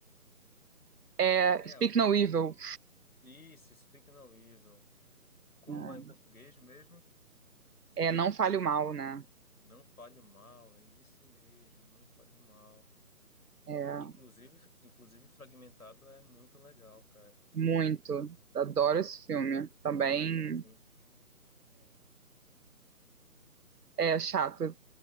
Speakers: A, on the right; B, on the left.
A: é
B: É
A: Speak
B: a avó.
A: No Evil.
B: Isso, Speak No Evil. Como
A: né?
B: é em português mesmo?
A: É Não Fale o Mal, né?
B: Não fale o mal, é isso mesmo, não fale o mal.
A: É,
B: Inclusive, inclusive fragmentado é muito legal, cara.
A: muito. Adoro esse filme. Também
B: Sim.
A: é chato.